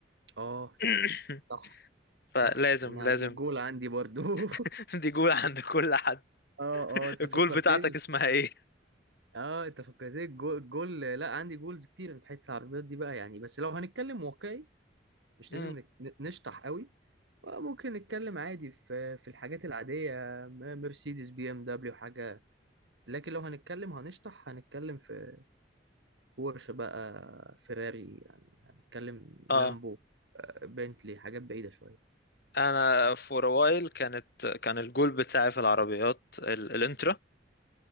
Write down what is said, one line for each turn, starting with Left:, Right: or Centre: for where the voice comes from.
Right: اه
Left: <clears throat>
Right: صح
Left: فلازم
Right: صح انا
Left: لازم
Right: دي جول عندي برضو <laughs>
Left: <laughs> دي جول عند كل حد.
Right: اه اه انت
Left: الجول
Right: فكرتني
Left: بتاعتك اسمها ايه
Right: اه انت فكرتني الجو- الجول لا عندي جولز كتير في حته العربيات دي بقى يعني بس لو هنتكلم واقعي مش
Left: مم.
Right: لازم نك- ن- نشطح قوي ممكن نتكلم عادي في في الحاجات العادية م- مرسيدس بي ام دبليو حاجة لكن لو هنتكلم هنشطح هنتكلم في بورش بقى فيراري يعني هنتكلم لامبو
Left: اه
Right: آه، بنتلي حاجات بعيدة شوية
Left: انا فور وايل كانت كان الجول بتاعي في العربيات ال- الانترا